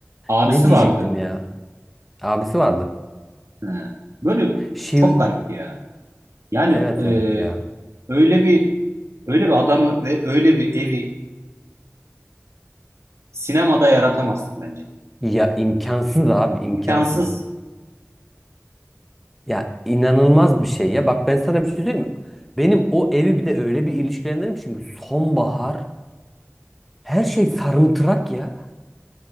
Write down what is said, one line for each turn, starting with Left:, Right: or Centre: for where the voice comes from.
Right: Abisi
Centre: Ne diyecektim
Right: vardı.
Centre: ya? Abisi vardı.
Right: He. Böyle
Centre: Şiv
Right: çok garipti ya. Yani
Centre: evet
Right: e,
Centre: evet ya.
Right: öyle bir öyle bir adamı ve öyle bir evi sinemada yaratamazsın bence.
Centre: Ya imkansız abi imkansız.
Right: İmkansız.
Centre: Ya inanılmaz bir şey ya. Bak ben sana bir şey söyleyeyim mi? Benim o evi bir de öyle bir ilişkilendirmişim ki sonbahar her şey sarımtırak ya.